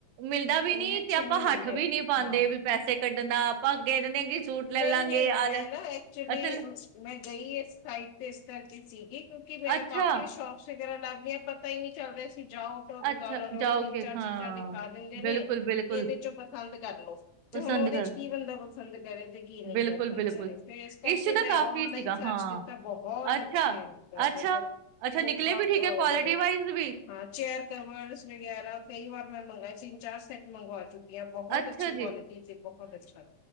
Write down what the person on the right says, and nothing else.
ਮਿਲਦਾ ਵੀ
ਨੀ
ਤੇ ਆਪਾਂ
ਹੱਠ
ਵੀ ਨੀ ਪਾਉਂਦੇ
ਵੀ ਪੈਸੇ ਕੱਢਣ ਦਾ ਆਪਾਂ ਕਹਿ ਦਿੰਦੇ ਕਿ ਸੂਟ
ਲੈ ਲਾਂਗੇ
ਲੈ
ਅੱਛਾ ਲੈ-
ਅੱਛਾ
ਅੱਛਾ
ਜਾਓ
ਕੇ
ਹਾਂ
ਬਿਲਕੁਲ
ਬਿਲਕੁਲ
ਪਸੰਦ
ਕਰ
ਬਿਲਕੁਲ
ਬਿਲਕੁਲ
ਇਸ਼ੂ
ਤਾਂ ਕਾਫ਼ੀ
ਸੀਗਾ
ਹਾਂ
ਅੱਛਾ
ਅੱਛਾ
ਅੱਛਾ ਨਿਕਲੇ ਵੀ ਠੀਕ ਹੈ
ਕੁਆਲਿਟੀ ਵਾਈਜ਼ ਵੀ
ਅੱਛਾ
ਜੀ